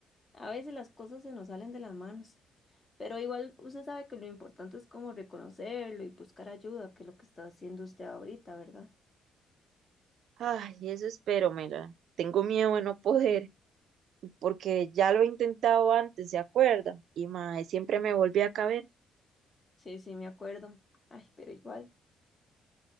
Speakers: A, on the left (about 30°); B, on the right (about 70°).
A: A veces las cosas se nos salen de las manos, pero igual usted sabe que lo importante es como reconocerlo y buscar ayuda, que es lo que está haciendo usted ahorita, ¿verdad?
B: Ay, eso espero, Mela. Tengo miedo de no poder. porque ya lo he intentado antes, ¿se acuerda? Y mae, siempre me volví a caber.
A: Sí, sí, me acuerdo. Ay, pero igual,